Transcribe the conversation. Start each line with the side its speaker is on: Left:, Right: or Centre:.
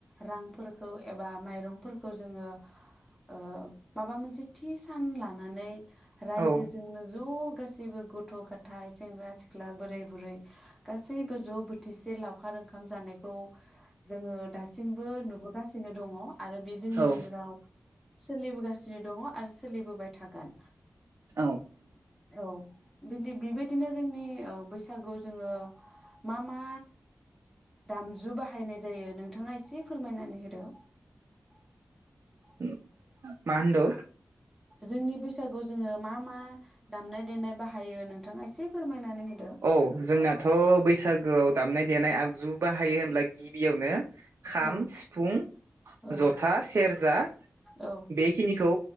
Centre: रांफोरखौ एबा माइरंफोरखौ जोङो ओ माबा मोनसे थि सान लानानै रायजोजोंनो
Right: औ
Centre: ज' गासैबो गथ' गाथाय सेंग्रा सिख्ला बोरै बुरै गासैबो ज' बोथिसे लावखार ओंखाम जानायखौ जोङो दासिमबो नुबोगासिनो दङ आरो बे जोंनि
Right: औ
Centre: गेजेराव सोलिबोगासिनो दङ आरो सोलिबोबाय थागोन
Right: औ
Centre: औ बिदि बिबायदिनो जोंनि ओ बैसागु जोङो मा मा दामजु बाहायनाय जायो नों थाङा एसे फोरमायनानै होदो <inaudible>
Right: उम मा होनदो
Centre: जोंनि बैसागु जोङो मा मा दामनाय देनाय बाहायो नोंथाङा एसे फोरमायनानै होदो
Right: औ जोंनाथ' बैसा गोआव दामनाय देनाय आगजु बाहायो होनब्ला गिबियावनो खाम,
Centre: औ
Right: सिफुं,
Centre: औ
Right: जथा, सेरजा
Centre: औ
Right: बेखिनिखौ